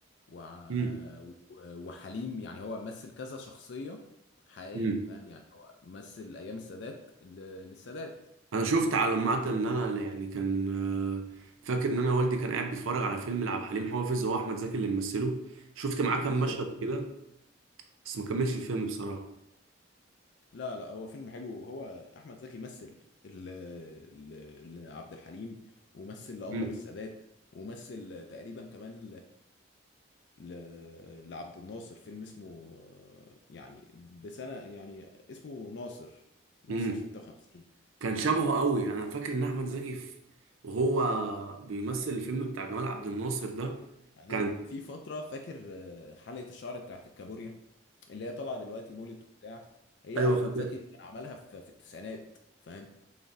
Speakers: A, on the left; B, on the right.
A: وع-
B: امم
A: و- وحليم يعني هو مثل كذا شخصيه حقيقيه
B: امم.
A: فاهم يعني هو مثل ايام السادات ل- للسادات
B: انا شفت على المعتل ان انا يعني كان آه، فاكر ان انا والدي كان قاعد بيتفرج على فيلم لعبد الحليم حافظ هو احمد زكي اللي ممثله شفت معاه كام
A: بالظبط
B: مشهد كده بس ما كملش الفيلم بصراحه
A: لا لا هو فيلم حلو هو احمد زكي مثل ل- ل- لعبد الحليم ومثل لانور
B: امم
A: السادات ومثل تقريبا كمان ل... لعبد الناصر فيلم اسمه آه، يعني بسنة يعني اسمه ناصر ناصر
B: امم
A: 56
B: كان
A: تمام
B: شبهه قوي انا فاكر ان احمد زكي في وهو بيمثل الفيلم بتاع جمال عبد الناصر ده
A: بعدين
B: كان
A: في فترة فاكر آه، حلقة الشعر بتاعت الكابوريا اللي هي طالعة دلوقتي مولد وبتاع هي
B: ايوه
A: أحمد
B: فاكر
A: زكي كان عملها في, في التسعينات فاهم